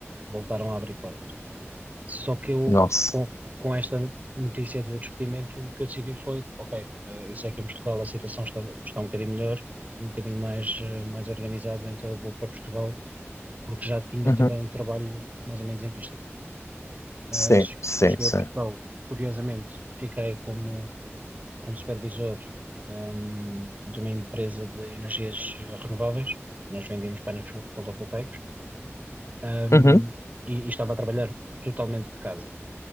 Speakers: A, on the right; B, on the left.
A: voltaram a abrir portas. Só que eu,
B: nossa.
A: com, com esta notícia do despedimento, o que eu decidi foi: ok, eh, eu sei que em Portugal a situação está, está um bocadinho melhor, um bocadinho mais, eh, mais organizado, então eu vou para Portugal, porque já tinha
B: Uhum.
A: também um trabalho mais ou menos em vista. Ah,
B: Sim,
A: che-
B: sim,
A: cheguei
B: sim.
A: a Portugal, curiosamente, fiquei como, como supervisor, ehm, de uma empresa de energias renováveis, nós vendíamos painéis fo- fotovoltaicos, ehm,
B: Uhum.
A: e e estava a trabalhar totalmente de casa.